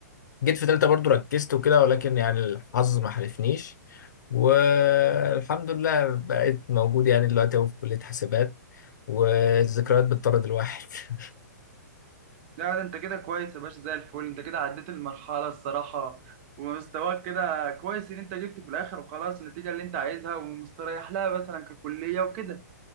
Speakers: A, on the left; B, on the right.
A: جيت في تالتة برضو ركزت وكده ولكن يعني الحظ ما حالفنيش والحمد لله بقيت موجود يعني دلوقتي أهو في كلية حاسبات والذكريات بتطرد الواحد <laughs>
B: لا ده انت كده كويس يا باشا زي الفل انت كده عديت المرحلة الصراحة ومستواك كده كويس ان انت جبت في الاخر وخلاص النتيجة اللي انت عايزها ومستريح لها مثلا ككلية وكده